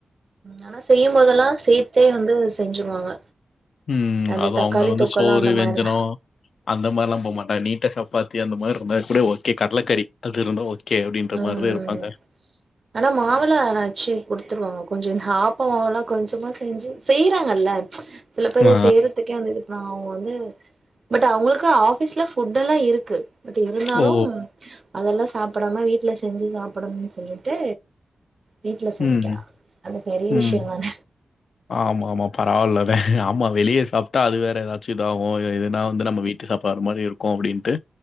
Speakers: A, on the right; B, on the left.
A: ஆனா செய்யும் போதெல்லா சேத்தே வந்து செஞ்சுருவாங்க
B: உம்
A: அது
B: அதுவும்
A: தக்காளி
B: அவங்க வந்து
A: தொக்கெல்லா
B: சோறு
A: அந்த
B: வெஞ்சன
A: மாரிதா
B: அந்த மாரி எல்லா போகமாட்டாங்க நீட்டா சப்பாத்தி அந்த மாரி இருந்தா கூட ஓகே கடலக்கறி அது இருந்தா ஓகே அப்டின்ற
A: உம்
B: மாரி தான் இருப்பாங்க.
A: ஆனா மாவெல்லா அரச்சு குடுத்துருவாங்க கொஞ்சம் ஆப்பம மாவெல்லா கொஞ்சமா செஞ்சு செய்றாங்கல்ல சில பேரு
B: ஆ.
A: செய்றதுக்கே வந்து இதுபண்ணுவா அவங்க வந்து பட் அவங்களுக்கு ஆஃபீஸ்ல ஃபுட் எல்லா இருக்கு அது இருந்தாலு
B: ஓ!
A: அதெல்லா சாப்டாம வீட் வீட்ல செஞ்சு சாப்டணும்னு சொல்லிட்டு வீட்டு்ல சமைக்கிறா
B: ம்.
A: அது பெரிய
B: ம்.
A: விஷய தான
B: ஆமா ஆமா பரவாயில்லதா ஆமா வெளிய சாப்ட்டா அது வேற ஏதாச்சு இதாகு எதுனா வந்து நம்ம வீட்டு சாப்பாடு மாரி இருக்கு அப்டின்னுட்டு